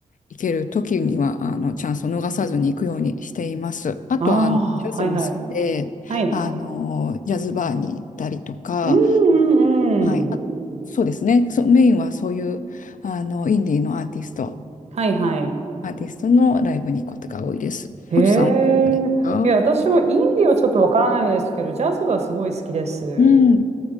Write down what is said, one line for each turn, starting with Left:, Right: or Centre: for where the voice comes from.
Left: 行ける時には、あの、チャンスを逃さずに行くようにしています。あとは、
Right: ああ、
Left: あの、ジャズも好きで、
Right: はいはい。はい。
Left: あの、ジャズバーに行ったりとか、
Right: うんうんうん。
Left: はい。あそうですね。そ、メインはそういう、あの、インディーのアーティスト、
Right: はいはい。
Left: アーティストのライブに行くことが多いです。
Right: へえ。
Left: おちさんはいかがですか
Right: いや、私もインディはちょっとわからないですけど、ジャズはすごい好きです。
Left: うん。